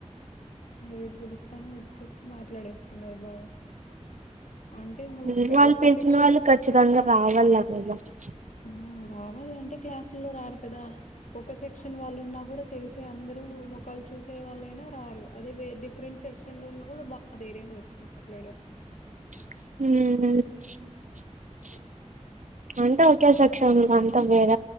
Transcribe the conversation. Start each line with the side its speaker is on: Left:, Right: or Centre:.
Left: గ గలిస్తా <unintelligible> చచ్చి మాట్లాడేస్తున్నారు బాగా అంటే ఇంక
Right: ఉ
Left: ఒక
Right: వాళ్ళు
Left: ఒక
Right: పిలిచిన
Left: సెక్షన్
Right: వాళ్ళు ఖచ్చితంగా రావాల లేదా <unintelligible>
Left: ఆ రావాలంటే క్లాసుల్లో రారు. కదా ఒక సెక్షన్ వాళ్ళున్నా కూడా తెలిసి అందరూ ముఖాలు చూసే వాళ్ళైనా రారు అదే వె డిఫరెంట్ సెక్షన్ లో ఉన్నా కూడా బా ధైర్యంగా వచ్చి మాట్లాడ
Right: హ
Left: <inaudible>
Right: అంటే ఒకే సెక్షన్ అంతా వేర